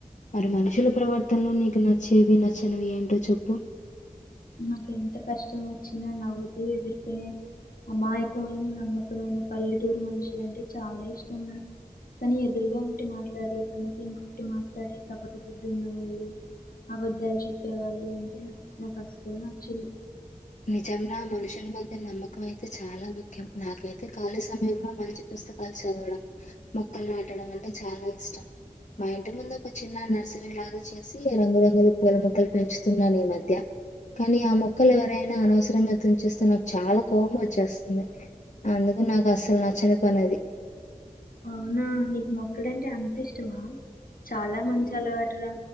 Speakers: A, on the left; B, on the left.
A: మరి మనుషుల ప్రవర్తనలో నీకు నచ్చేవి నచ్చనివి ఏంటో చెప్పు
B: నాకు ఎంత కష్టం వచ్చినా నవ్వుతూ ఎదుర్కొనే అమాయకమైన నమ్మకమైన పల్లెటూరు మనుషులు అంటే చాలా ఇష్టం. కానీ ఎదురుగా ఒకటి మాట్లాడి వెనుక ఇంకొటి మాట్లాడే కపట బుద్ధి ఉన్నవాళ్ళు అబద్ధాలు చెప్పేవాళ్ళు అంటే నాకు నాకు అసలు నచ్చదు
A: నిజం రా మనుషుల మధ్య నమ్మకం అయితే చాలా మం ముఖ్యం నాకైతే ఖాళీ సమయంలో మంచి పుస్తకాలు చదవడం మొక్కలు నాటడం అంటే చాలా ఇష్టం మా ఇంటి ముందు ఒక చిన్న నర్సరీ లాగా చేసి రంగురంగులు పూల మొక్కలు పెంచుతున్నాను ఈ మధ్య కానీ ఆ మొక్కలు ఎవరైనా అనవసరంగా తుంచేస్తే నాకు చాలా కోపం వచ్చేస్తుంది అందుకు నాకు అసలు నచ్చని పని అది
B: అవునా నీకు మొక్కలంటే అంత ఇష్టమా చాలా మంచి అలవాటురా